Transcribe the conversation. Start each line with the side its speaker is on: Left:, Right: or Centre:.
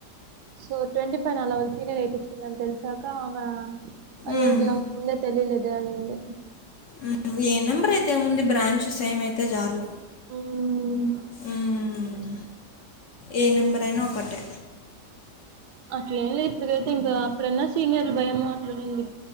Right: సో ట్వంటీ ఫైవ్ అల వల్ సీనియర్ ఎపిచ్చుకుంది అని తెలిసాక ఆమె అయ్యో
Left: ఉమ్,
Right: నాకు ముందే తెలిలేదే అనింది
Left: ఉమ్, ఏ నెంబర్ అయితే ఏముంది బ్రాంచ్ సేమ్ అయితే చాలు
Right: మ్
Left: ఉమ్, ఏ
Right: నేను
Left: నెంబర్ అయినా ఒకటే
Right: అట్ల ఏంలేదు ఇప్పటికైతే ఇంకా అప్పుడన్న సీనియర్ల భయం అట్లనుంది